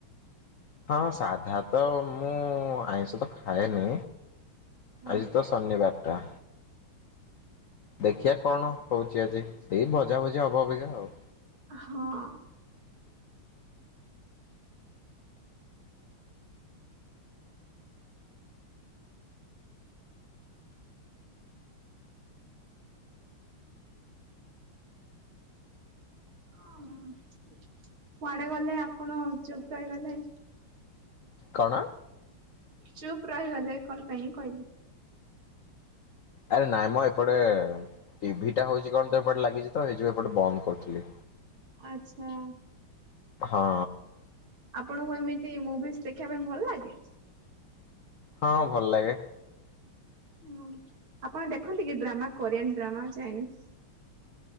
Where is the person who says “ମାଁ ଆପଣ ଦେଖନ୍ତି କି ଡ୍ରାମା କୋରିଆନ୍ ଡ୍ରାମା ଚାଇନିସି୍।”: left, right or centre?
Right